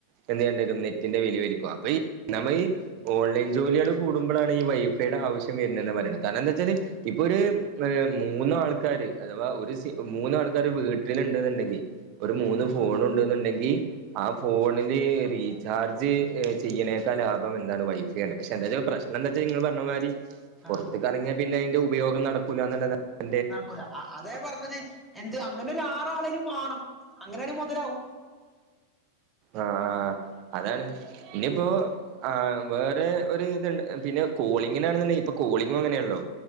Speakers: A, on the right (about 40°); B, in the centre.
A: <unintelligible> ഓൺലൈൻ ജോലികൾ കൂടുമ്പോഴാണ് ഈ വൈഫൈയുടെ ആവശ്യം വരുന്നന്നെന്ന് പറയുന്നത് കാരണം എന്താ വെച്ചാല്
B: ഉം
A: ഇപ്പൊ ഒരു ഹ് മൂന്ന് ആൾ- ആൾക്കാര് അഥവാ ഒരു സി മൂന്ന് ആൾക്കാര് വീട്ടിലുണ്ടെന്നുണ്ടെങ്കിൽ ഒരു മൂന്ന്
B: ആഹ്
A: ഫോൺ ഉണ്ടെന്നുണ്ടെങ്കി ആ ഫോണില് റീചാർജ് ഏ ചെയ്യണേക്കാ ലാഭം എന്താണ് വൈഫ് പക്ഷെന്താച്ച പ്രശനംന്താച്ചന്ന് നിങ്ങള് പറഞ്ഞ മാതിരി പുറത്തേകിറങ്ങിയാൽ
B: ആഹ്
A: പിന്നെ ഇതിന്റെ ഉപയോഗം നടക്കൂല എന്നുള്ള <unintelligible>
B: കുല അതാ പറഞ്ഞത് എന്ത് അങ്ങനെ ഒരു ആറ് ആളെലും വേണം അങ്ങനെയാണെങ്കി മുതലാവും
A: ആഹ് ആഹ് അതാണ് ഇനിയിപ്പോ
B: ആഹ്
A: ആഹ് വേറെ ഒരു ഇതുണ്ട് പിന്നെ കോളിങ്ങിനാണെന്നുണ്ടെിൽ ഇപ്പൊ കോളിംങ് അങ്ങനെണല്ലോ